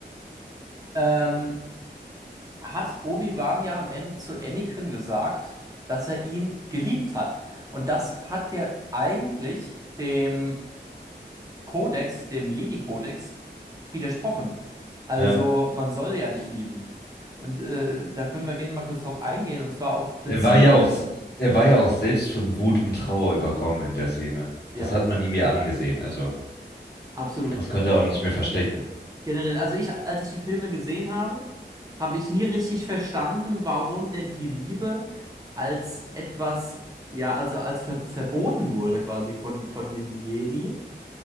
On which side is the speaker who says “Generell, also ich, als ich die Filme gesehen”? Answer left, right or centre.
Right